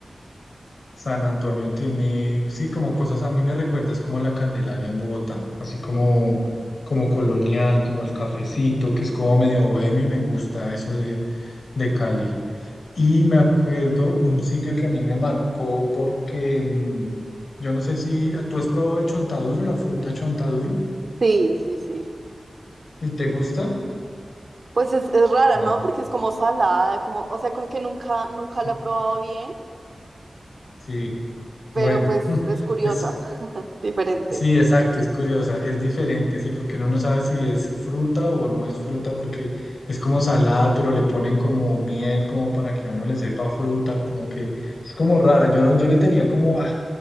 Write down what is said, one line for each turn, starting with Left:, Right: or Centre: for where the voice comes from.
Left: San Antonio tiene, sí, como cosas, a mí me recuerda, es como la Candelaria en Bogotá, así como, como colonial, como el cafecito, que es como medio bohemio, me gusta eso de, de Cali. Y me acuerdo un sitio que a mí me marcó porque mm, yo no sé si tú has probado el chontaduro, la fruta chontaduro,
Right: Sí, sí, sí.
Left: y te gusta,
Right: Pues es, es rara,
Left: no,
Right: ¿no? Porque es como salada, como, o sea, como que nunca, nunca
Left: sí,
Right: la he probado bien,
Left: sí. Bueno,
Right: pero pues
Left: <laughs>
Right: es curiosa,
Left: es,
Right: <laughs> diferente.
Left: Sí, exacto, es curiosa, es diferente, sí, porque uno no sabe si es fruta o no es fruta, porque es como salada, pero le ponen como miel, como para que a uno le sepa fruta, como que es como rara. Yo no, yo le tenía como, ah,